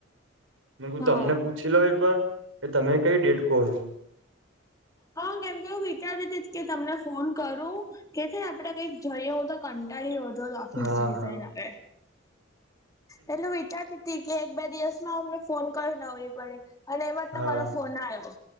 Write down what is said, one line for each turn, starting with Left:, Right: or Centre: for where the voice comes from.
Right: મેકુ
Left: હા
Right: તમને પૂછી લઉ એક વાર, કે તમે કઈ ડેટ કો છો.
Left: હા, કેમકે હું વિચારીતી હતી કે તમને ફોન કરું કે છે ને આપડે કંઈક જઈએ, હું તો કંટાળી અવ તોજ ઓફિસ
Right: હા
Left: રિઝાઇન
Right: હા
Left: આપે એટલું વિચારતી હતી કે એક બે દિવસમાં અમને ફોન કરું, નવરી પડે અને એમાંજ તમારો
Right: હા
Left: ફોન આયો.